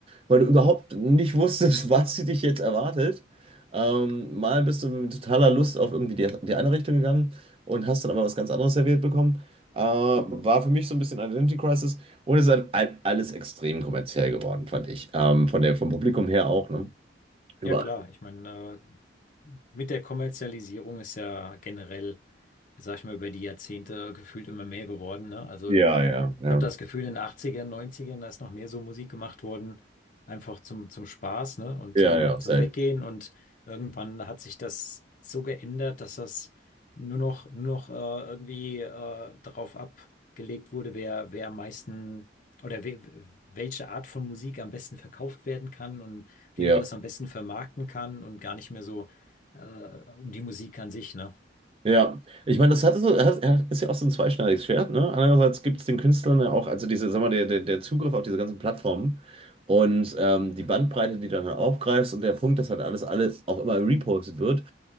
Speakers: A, on the right (about 30°); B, on the left (about 45°).
A: weil du überhaupt nicht wusstest, <laughs> was sie dich jetzt erwartet. Ähm, mal bist du mit totaler Lust auf irgendwie die, die eine Richtung gegangen und hast dann aber was ganz anderes serviert bekommen. Äh, war für mich so ein bisschen Identity Crisis und es ist halt all- alles extrem kommerziell geworden, fand ich. Ähm, von der, vom Publikum her auch, ne? Überall
B: Ja, klar. Ich meine, mit der Kommerzialisierung ist ja generell, sag ich mal, über die Jahrzehnte gefühlt immer mehr geworden, ne? Also
A: Ja,
B: ein
A: ja, ja.
B: ich habe das Gefühl, in den Achtzigern, Neunzigern, da ist noch mehr so Musik gemacht worden, einfach zum, zum Spaß, ne? Und
A: Ja,
B: zum,
A: ja, safe.
B: zum Weggehen. Und irgendwann hat sich das so geändert, dass das nur noch, nur noch äh, irgendwie äh, darauf abgelegt wurde, wer, wer am meisten oder we, welche Art von Musik am besten verkauft werden kann und wie
A: Ja.
B: man das am besten vermarkten kann und gar nicht mehr so äh, um die Musik an sich, ne?
A: Ja, ich meine, das hat so, hat- ja, ist ja auch so ein zweischneidiges Schwert, ne? Andererseits gibt es den Künstlern ja auch, also diese, sag mal, der, der, der Zugriff auf diese ganzen Plattformen und ähm, die Bandbreite, die du dann aufgreifst und der Punkt, dass halt alles, alles auch immer repostet wird,